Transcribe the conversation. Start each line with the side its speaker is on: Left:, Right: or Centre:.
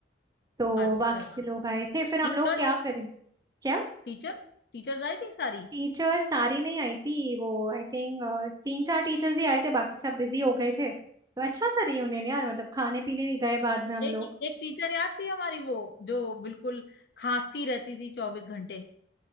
Right: तो
Left: अच्छा
Right: बाकी के लोग आए थे फिर हम
Left: टीचर्स
Right: लोग क्या करें क्या
Left: टीचर्स टीचर्स आई थी सारी
Right: टीचर्स सारी नहीं आई थी वो आई थिंक तीन चार टीचर्स ही आए थे बाकी सब बिजी हो गए थे तो अच्छा था रियूनियन यार मतलब खाने पीने भी गए बाद में हम
Left: एक
Right: लोग
Left: एक टीचर याद थी हमारी वो जो बिल्कुल खांसती रहती थी चौबीस घंटे